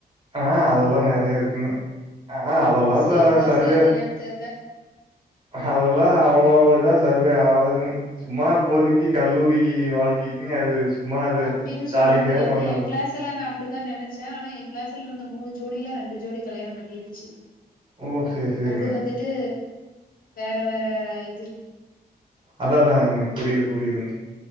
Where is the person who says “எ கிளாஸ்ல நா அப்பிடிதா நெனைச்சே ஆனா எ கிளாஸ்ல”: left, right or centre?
Left